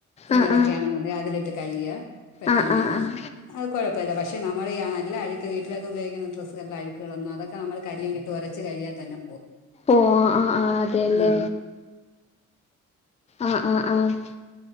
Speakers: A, on the left; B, on the left.
A: തുണികളൊക്കെ
B: ആഹ് ആഹ്
A: ആണെന്നുണ്ടേ അതിലിട്ട് കഴുകിയ പെട്ടെന്ന്
B: ആഹ് ആഹ്
A: തന്നെ
B: ആഹ്
A: അത് കൊഴപ്പമില്ല പക്ഷെ നമ്മൾ നല്ല ആ വീട്ടിലൊക്കെ ഉയോഗിക്കുന്ന ഡ്രസ്സെല്ലാം അഴുക്കുകളൊന്നും അതൊക്കെ നമ്മള് കല്ലിൽ ട്ട് ഉരച്ച് കഴിയാൽ തന്നെ
B: ഓഹ് ആഹ് ആഹ് ആഹ് അതെല്ലേ
A: ഉം
B: ആഹ് ആഹ് ആഹ്